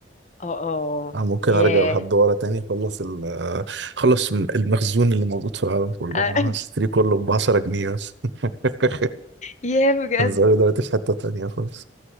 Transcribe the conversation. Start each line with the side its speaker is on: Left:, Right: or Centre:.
Left: اه اه
Right: انا ممكن
Left: ياه
Right: ارجع لحد ورا تاني اخلص ال خلص المخزون اللي موجود في العالم كله
Left: <laughs> آه،
Right: انا هشتري كله ب 10 جنيه بس <laughs>
Left: ياه بجد
Right: كان زمان دلوقتي في حته تانيه خالص